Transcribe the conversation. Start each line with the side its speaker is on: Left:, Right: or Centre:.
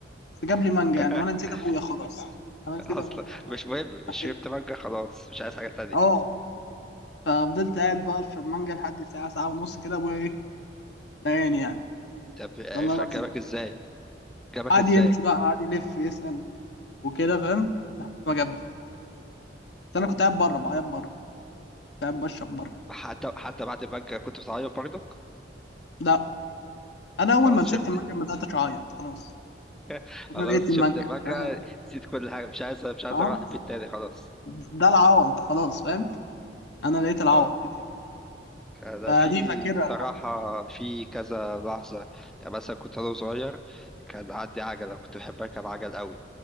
Left: بس جاب
Centre: <laughs>
Left: لي مانجا يعني وانا نسيت ابويا خلاص انا نسيت
Centre: أصلا
Left: ابويا فاهم؟ انا
Centre: مش
Left: عايز
Centre: مهم مش
Left: أكل.
Centre: شربت مانجا خلاص مش عايز حاجة تانية
Left: اه ففضلت قاعد بقى اشرب مانجا لحد ساعة ساعة ونص كده ابويا ايه ضايقني يعني
Centre: طب عرف
Left: والله العظيم
Centre: أجابك إزاي؟ جابك
Left: قعد
Centre: ازاي
Left: يمشي بقى قعد يلف يسأل وكده فاهم لحد ما جابني بس انا كنت قاعد بره بعيط بره كنت قاعد بشرب بره
Centre: حتى حتى بعد المانجا كنت بتعيط برضك
Left: لا انا اول
Centre: خلاص
Left: ما مسكت
Centre: شفت
Left: المنجم بدات اعيط خلاص
Centre: خلاص
Left: انا لقيت
Centre: شفت
Left: المنجم
Centre: المانجا
Left: فاهم؟
Centre: نسيت كل حاجه مش عايز مش عايز
Left: <laughs>
Centre: اروح البيت
Left: اه
Centre: تاني خلاص
Left: ده العوض خلاص فاهم انا لقيت العوض
Centre: اه
Left: بتاعي
Centre: ده
Left: فدي
Centre: في
Left: فاكرها
Centre: الصراحة
Left: لحد
Centre: في كذا لحظة يعني مثلا كنت أنا صغير كان عندي عجلة كنت بحب أركب عجل قوي